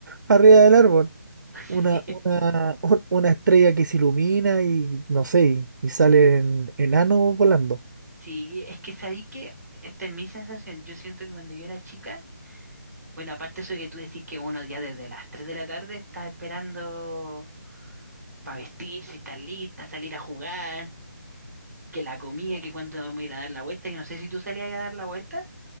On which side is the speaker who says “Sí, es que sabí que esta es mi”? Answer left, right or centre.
Centre